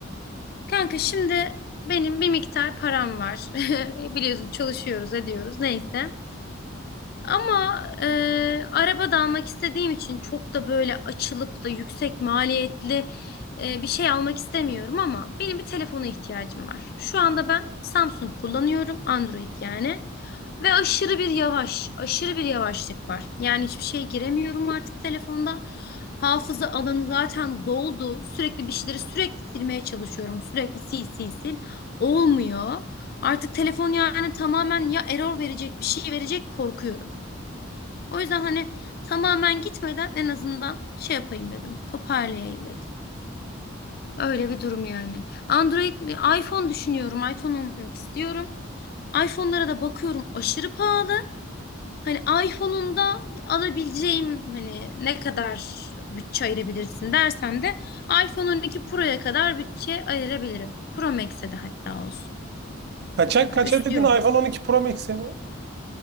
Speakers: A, on the left; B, on the right.
A: Kanka şimdi benim bir miktar param var. <laughs> Biliyorsun çalışıyoruz ediyoruz neyse. Ama e, araba da almak istediğim için çok da böyle açılıp da yüksek maliyetli e, bir şey almak istemiyorum ama benim bir telefona ihtiyacım var. Şu anda ben Samsung kullanıyorum, Android yani. Ve aşırı bir yavaş, aşırı bir yavaşlık var. Yani hiçbir şeye giremiyorum artık telefonda. Hafıza alanı zaten doldu. Sürekli bir şeyleri sürekli silmeye çalışıyorum. Sürekli sil sil sil. Olmuyor. Artık telefon yani tamamen ya error verecek bir şey verecek korkuyorum. O yüzden hani tamamen gitmeden en azından şey yapayım dedim. Toparlayayım dedim. Öyle bir durum yani. Android mi? iPhone düşünüyorum. iPhone almak istiyorum. iPhone'lara da bakıyorum aşırı pahalı. Hani iPhone'un da alabileceğim hani ne kadar bütçe ayırabilirsin dersen de iPhone 12 Pro'ya kadar bütçe ayırabilirim. Pro Max'e de hatta olsun.
B: Kaça,
A: O kadar
B: kaça
A: üstü
B: dedin?
A: yok.
B: iPhone 12 Pro Max'e mi?